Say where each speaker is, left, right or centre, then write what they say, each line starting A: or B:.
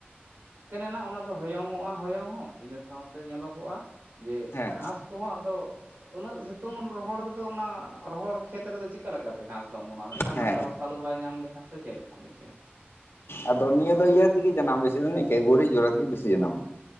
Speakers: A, on the right; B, on the left.
A: ᱠᱮᱱᱮ ᱱᱟ ᱚᱱᱟ ᱫᱚ ᱦᱚᱭᱚᱝᱚᱜ-ᱟ ᱦᱚᱭᱚᱝ ᱦᱚᱸ ᱤᱱᱟᱹ ᱥᱟᱶᱛᱮ ᱧᱮᱞᱚᱜᱚᱜ-ᱟ, ᱡᱮ
B: ᱦᱮᱸ
A: ᱜᱷᱟᱥ ᱠᱚᱦᱚᱸ ᱟᱫᱚ, ᱩᱱᱟᱹᱜ ᱥᱤᱛᱩᱝ ᱨᱚᱦᱚᱲ ᱨᱮᱫᱚ ᱚᱱᱟ ᱨᱚᱦᱚᱲ ᱠᱷᱮᱛ ᱨᱮᱫᱚ ᱪᱤᱠᱟ ᱞᱮ ᱛᱮ ᱜᱷᱟᱸᱥ ᱫᱚ ᱚᱢᱚᱱᱚᱜ-ᱟ, ᱢᱤᱫᱴᱟᱝ
B: ᱦᱮᱸ
A: ᱱᱟᱥᱮ ᱨᱚᱥᱟᱞᱳ ᱵᱟᱭ ᱧᱟᱢ ᱞᱮᱠᱷᱟᱱ ᱥᱮ ᱪᱮᱫ ᱞᱮᱠᱟᱢ ᱞᱟᱹᱭ ᱦᱚᱪᱚᱭᱮᱫ᱾
B: ᱟᱫᱚ ᱱᱤᱭᱟᱹ ᱫᱚ ᱤᱭᱟᱹ ᱛᱮᱜᱮ ᱡᱟᱱᱟᱢ ᱵᱮᱥᱤ ᱫᱚ ᱱᱤᱝᱠᱟᱹ ᱜᱩᱨᱤᱡ ᱡᱚᱨᱟ ᱛᱮᱜᱮ ᱵᱮᱥᱤ ᱡᱟᱱᱟᱢᱚᱜᱼᱟ᱾